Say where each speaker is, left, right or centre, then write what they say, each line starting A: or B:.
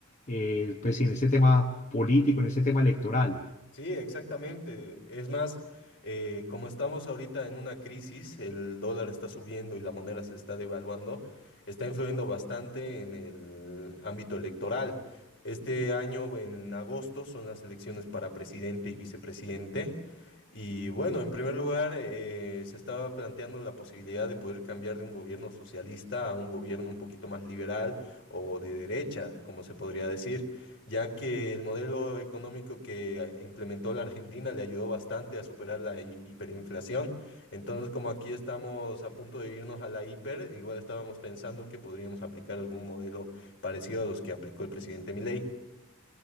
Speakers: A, on the left; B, on the left.
A: eh, pues en este tema político, en este tema electoral.
B: Sí, exactamente. Es más, eh, como estamos ahorita en una crisis, el dólar está subiendo y la moneda se está devaluando, está influyendo bastante en el ámbito electoral. Este año, en agosto, son las elecciones para presidente y vicepresidente. Y bueno, en primer lugar, eh, se estaba planteando la posibilidad de poder cambiar de un gobierno socialista a un gobierno un poquito más liberal o de derecha, como se podría decir. ya que el modelo económico que implementó la Argentina le ayudó bastante a superar la hi- hiperinflación. Entonces, como aquí estamos a punto de irnos a la hiper, igual estábamos pensando que podríamos aplicar algún modelo parecido a los que aplicó el presidente Milei.